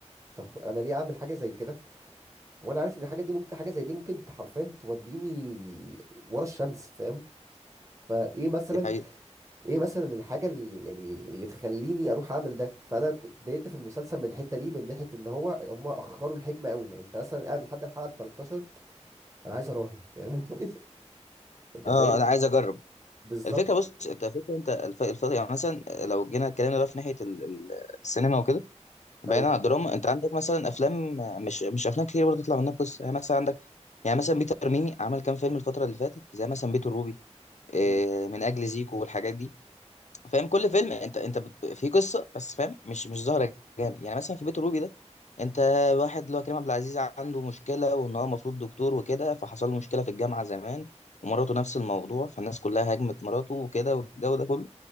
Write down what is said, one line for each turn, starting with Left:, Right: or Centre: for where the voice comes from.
Right: طب انا ليه اعمل حاجه زي كده وانا عارف ان الحاجه دي ممكن حاجه زي دي ممكن حرفيا توديني ورا الشمس فاهم فايه مثلا
Left: دي حقيقة
Right: ايه مثلا الحاجه اللي يعني اللي تخليني اروح اعمل ده فانا كنت اتضايقت في المسلسل من الحته دي من ناحيه ان هو هم اخروا الحكمه قوي يعني انت مثلا قاعد لحد الحلقه 13 انا عايز اراهن فاهم <laughs> انت
Left: اه
Right: شايف
Left: انا عايز اجرب
Right: بالظبط
Left: الفكره بص انت الفكره انت الف... الف... يعني مثلا لو جينا اتكلمنا بقى في ناحيه ال... ال- السينما وكده بعيدا
Right: ايوه
Left: عن الدراما انت عندك مثلا افلام مش مش افلام كتير برضه تطلع منها قصه يعني مثلا عندك يعني مثلا بيتر ميمي عمل كام فيلم الفتره اللي فاتت زي مثلا بيت الروبي آه،
Right: امم
Left: من اجل زيكو والحاجات دي فاهم كل فيلم انت انت بت- في قصه بس فاهم مش مش ظاهره جامد يعني مثلا في بيت الروبي ده انت واحد اللي هو كريم عبد العزيز عنده مشكله وان هو المفروض دكتور وكده فحصل له مشكله في الجامعه زمان ومراته نفس الموضوع فالناس كلها هاجمت مراته وكده والجو ده كله